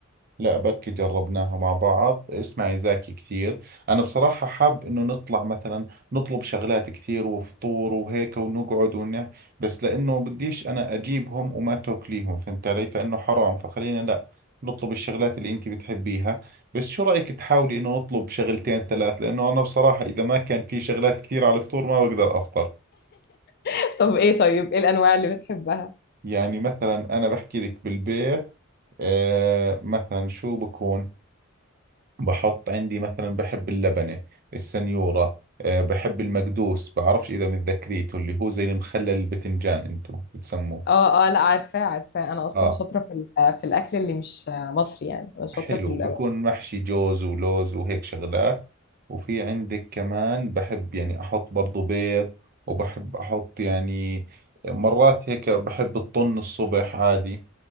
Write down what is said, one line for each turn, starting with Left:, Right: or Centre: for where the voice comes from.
Right: لا بركي جربناها مع بعض اسمعي زاكي كثير أنا بصراحة حاب إنه نطلع مثلا نطلب شغلات كثير وفطور وهيك ونقعد ونه بس لأنه بديش أنا أجيبهم وما تاكليهم فهمت علي فإنه حرام فخلينا لا نطلب الشغلات اللي أنت بتحبيها بس شو رأيك تحاولي إنه نطلب شغلتين ثلاث لأنه أنا بصراحة إذا ما كان في شغلات كثير على الفطور ما بقدر أفطر
Left: <laughs> طب إيه طيب إيه الأنواع اللي بتحبها؟
Right: يعني مثلا أنا بحكي لك بالبيت آه مثلا شو بكون بحط عندي مثلا بحب اللبنة السنيورة أه بحب المقدوس بعرفش إذا متذكريته اللي هو زي المخلل البتنجان أنتم بتسموه
Left: اه اه لا عارفاه عارفاه انا اصلا
Right: آه
Left: شاطره في ال- في الاكل اللي مش مصري يعني انا شاطره
Right: حلو
Left: في ال-
Right: بكون محشي جوز ولوز وهيك شغلات وفي عندك كمان بحب يعني أحط برضو بيض وبحب أحط يعني مرات هيك بحب الطن الصبح عادي